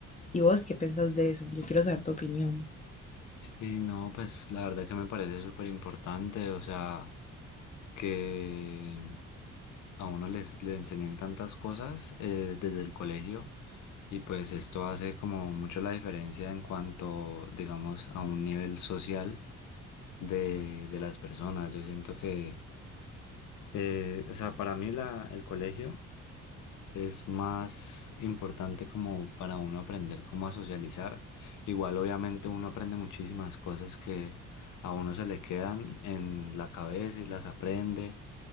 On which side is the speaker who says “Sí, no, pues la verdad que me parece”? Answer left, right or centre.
Left